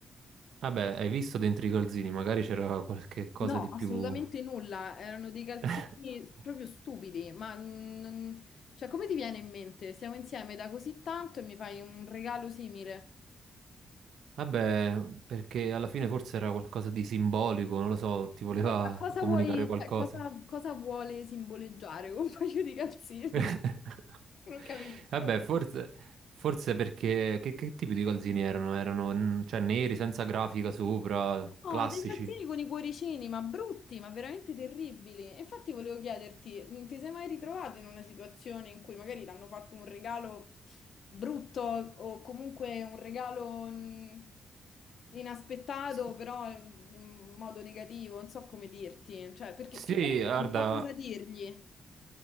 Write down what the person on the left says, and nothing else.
No,
assolutamente nulla, erano dei calzini
proprio stupidi, ma mm, cioè, come ti viene in mente? Siamo insieme da così tanto e mi fai un regalo simile.
Ma cosa
vuoi,
cioè, cosa, cosa vuole simboleggiare un paio di calzini?
<laughs> Non capisco.
Oh, dei salsini con i cuoricini, ma brutti, ma veramente terribili. E infatti volevo chiederti, mh, ti sei mai ritrovato in una situazione in cui magari ti hanno fatto un regalo brutto o comunque un regalo mh, inaspettato,
però in modo negativo, non so come dirti, cioè perché
più che altro
non so cosa dirgli.